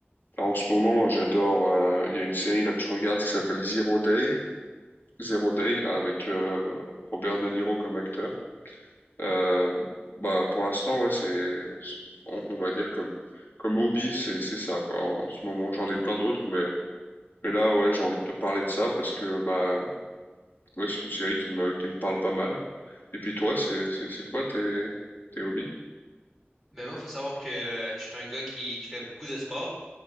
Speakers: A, on the left; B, in the centre.
A: là en ce moment j'adore. euh, Il y a une série là que je regarde qui s'appelle Zero Day. Zero Day avec euh, Robert De Niro comme acteur. Euh, bah pour l'instant ouais c'est on, on va dire comme comme hobby c'est c'est ça quoi. en en ce moment j'en ai plein d'autres mais Mais là, ouais, j'ai envie de te parler de ça parce que bah ouais, c'est une série qui me qui me parle pas mal. Et puis toi, c'est c'est c'est quoi tes tes hobbies?
B: Ben, moi, faut savoir que euh, je suis un gars qui, qui fait beaucoup de sport.